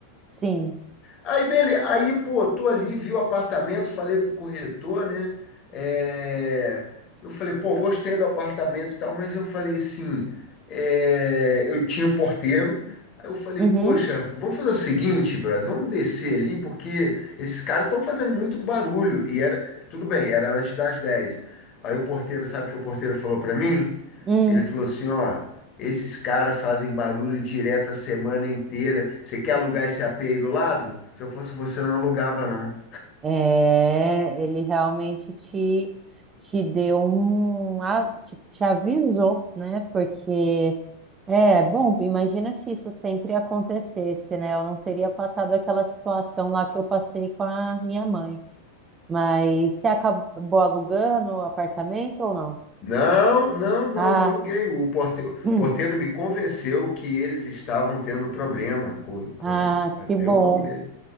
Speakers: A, on the right (about 20°); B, on the left (about 35°).
A: Sim.
B: Aí, beleza. Aí, pô, tô ali, vi o apartamento, falei pro corretor, né? É, Eu falei, pô, gostei do apartamento e tal, mas eu falei assim, é, eu tinha um porteiro. Aí eu falei,
A: Uhum.
B: poxa, vamos fazer o seguinte, brother, vamos descer ali, porque esses caras estão fazendo muito barulho. E era, tudo bem, era antes das 10. Aí o porteiro, sabe o que o porteiro falou pra mim?
A: Hum.
B: Ele falou assim, ó. Esses caras fazem barulho direto a semana inteira. Você quer alugar esse AP aí do lado? Se eu fosse você, eu não alugava, não.
A: É, ele realmente te, te deu um, a- te, te avisou, né? Porque é bom, imagina se isso sempre acontecesse, né? Eu não teria passado aquela situação lá que eu passei com a minha mãe. Mas você acabou alugando o apartamento ou não?
B: Não, não, não,
A: Ah,
B: não aluguei. O porte- o
A: hum.
B: porteiro me convenceu que eles estavam tendo problema com, com...
A: ah,
B: a-
A: que bom,
B: Eu não aluguei.